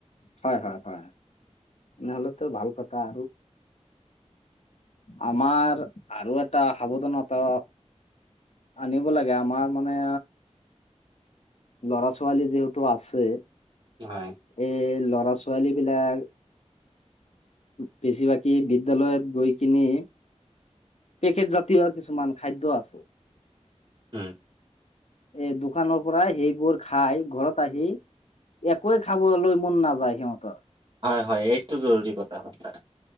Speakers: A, on the left; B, on the right.
A: হয়, হয়, হয় তেনেহলেতো ভাল কথা আৰু। আমাৰ আৰু এটা সাৱধানতা, আনিব লাগে আমাৰ মানে, ল'ৰা ছোৱালী যিহেতু আছে,
B: হয়।
A: এই ল'ৰা ছোৱালী বিলাক, বেছি ভাগেই বিদ্যালয়ত গৈ কিনে, পেকেট জাতীয় কিছুমান খাদ্য আছে।
B: উম।
A: এ দোকানৰ পৰা সেইবোৰ খাই ঘৰত আহি একোৱে খাবলৈ মন নাযায় সিহঁতৰ।
B: হয়, হয় এইটো জৰুৰী কথা হয় ছাৰ।